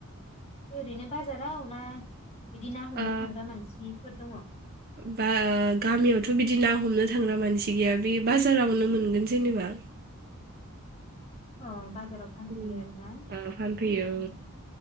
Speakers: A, on the left; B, on the right.
A: ओरैनो बाजाराव ना बिदि ना हमनो
B: ओ
A: थांग्रा मानसि फोर दङ।
B: बा गामियावथ बिदि ना हमनो थांग्रा मानसि गैया बे बाजारावनो मोनगोन जेनेबा।
A: अ बाजाराव फानफैयो
B: उम
A: आरोना
B: ओ फानफैयो
A: ओं